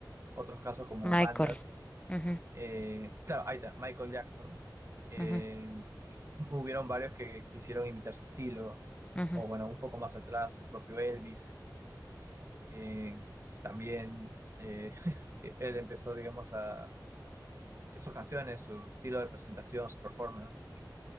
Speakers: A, on the right; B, on the left.
A: otros casos como
B: Michael.
A: bandas.
B: Ujú,
A: eh, claro, ahí está, Michael Jackson. eh,
B: ujú,
A: y hubieron varios que quisieron imitar su estilo,
B: ujú.
A: o bueno, un poco más atrás, el propio Elvis. eh, también eh, <laughs> él empezó, digamos, a sus canciones, su estilo de presentación, su performance.